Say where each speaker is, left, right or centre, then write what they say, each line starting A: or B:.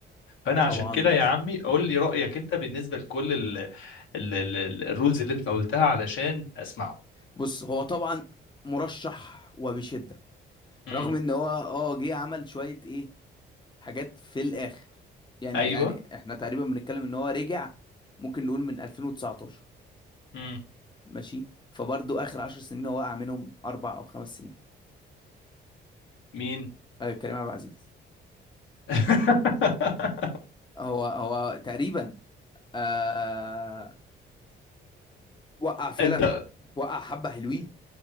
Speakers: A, on the left; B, on the left.
A: فانا
B: طبعا
A: عشان كده يا عمي قول لي رايك انت بالنسبه لكل ال ال ال ال الرولز اللي انت قلتها علشان اسمعه
B: بص هو طبعا مرشح وبشدة
A: امم
B: رغم ان هو اه جه عمل شوية ايه حاجات في الاخر يعني
A: ايوه
B: يعني احنا تقريبا بنتكلم ان هو رجع ممكن نقول من 2019
A: امم
B: ماشي فبرضه اخر 10 سنين هو وقع منهم اربع او خمس سنين
A: مين
B: آه كريم عبد العزيز
A: <laughs>
B: هو هو تقريبا آه وقع فعلا
A: انت
B: ح- وقع حبة حلوين